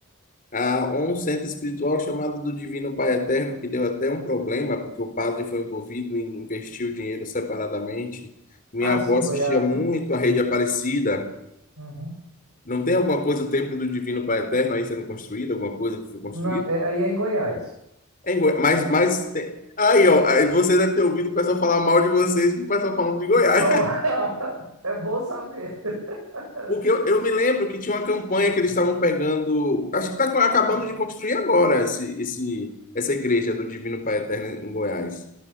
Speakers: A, on the left; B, on the right.
A: A um centro espiritual chamado do Divino Pai Eterno, que deu até um problema, porque o padre foi envolvido em investir o dinheiro separadamente. Minha
B: Ah,
A: avó
B: sim,
A: assistia
B: Goiás,
A: muito
B: né?
A: a Rede Aparecida.
B: Uhum.
A: Não tem alguma coisa, o templo do Divino Pai Eterno aí sendo construído, alguma coisa que foi construída?
B: Não, é- aí é em Goiás.
A: É em Goiás, Mas, mas tem... Aí, ó, aí você deve ter ouvido o pessoal falar mal de vocês, o pessoal falando de Goiás.
B: Oh, <laughs> é bom saber. <laughs>
A: <laughs> Porque eu, eu me lembro que tinha uma campanha
B: Uhum.
A: que eles estavam pegando. Acho que está acabando
B: Sim,
A: de construir agora esse, esse, essa igreja do Divino Pai Eterno em Goiás.